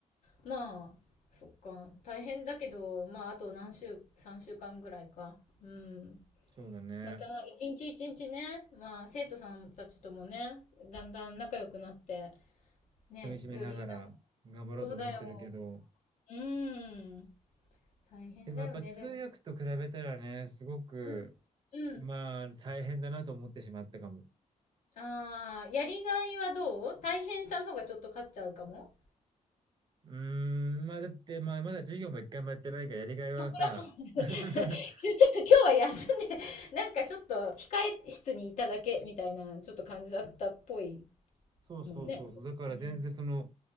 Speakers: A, on the left; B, on the right.
A: まあ、そっか。大変だけど、まあ、あと何週、3週間ぐらいか。うん。
B: そうだね。
A: また、一日一日ね、まあ、生徒さんたちともね、だんだん仲良くなって、ね、
B: 噛み締めながら頑張ろうと思ってるけど、
A: よりな、そうだよ。うん。大変だよね、
B: でもやっぱ通訳と比べたらね、
A: でも。
B: すごく、
A: うん。うん。
B: まあ大変だなと思ってしまったかも。
A: ああ、やりがいはどう大変さの方がちょっと勝っちゃうかも
B: うーん、まあだってまあまだ授業も一回もやってないからやりがいはさ、
A: まあ、そりゃそうだね。
B: <laughs>
A: <laughs> ちょ、ちょっと今日は休んで、なんかちょっと控え室にいただけみたいな、ちょっと感じだったっぽい
B: そうそうそうそう。
A: もんね。
B: だから全然その、
A: うん。